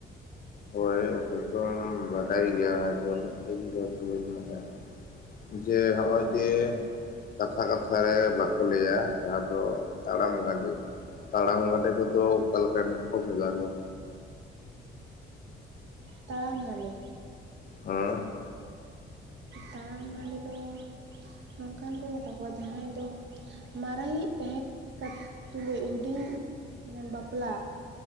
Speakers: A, on the left; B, on the right.
A: ᱦᱳᱭ ᱦᱚᱭᱛᱚᱢ ᱵᱟᱰᱟᱭ ᱜᱮᱭᱟᱹ ᱦᱚᱭᱛᱚ ᱤᱧ ᱫᱚ ᱩᱱᱟᱹᱜ ᱵᱟᱹᱧ ᱵᱟᱰᱟᱭᱟ᱾ ᱡᱮ ᱦᱚᱸᱼᱚᱭ ᱡᱮ ᱠᱟᱛᱷᱟ ᱠᱟᱛᱷᱟ ᱨᱮ ᱵᱟᱠᱚ ᱞᱟᱹᱭᱟ ᱡᱟᱦᱟᱸ ᱫᱚ ᱛᱟᱲᱟᱢ ᱜᱟᱸᱰᱮᱼᱼ ᱛᱟᱲᱟᱢ ᱜᱟᱸᱰᱮ ᱠᱚᱫᱚ ᱚᱠᱟ ᱞᱮᱠᱟᱱ ᱠᱚ ᱢᱮᱛᱟ ᱠᱚᱣᱟ?
B: ᱛᱟᱲᱟᱢ ᱜᱟᱸᱰᱮ
A: ᱦᱮᱸ
B: ᱛᱟᱲᱟᱢ ᱜᱟᱸᱰᱮ ᱫᱚ ᱱᱚᱝᱠᱟᱱ ᱠᱚ ᱢᱮᱛᱟ ᱠᱚᱣᱟ ᱡᱟᱦᱟᱸᱭ ᱫᱚ ᱢᱟᱨᱟᱝᱤᱡ ᱛᱟᱦᱮᱸ ᱠᱟᱛᱮ ᱛᱩᱞᱩᱡ ᱦᱩᱰᱤᱧ ᱢᱟᱱᱮ ᱵᱟᱯᱞᱟ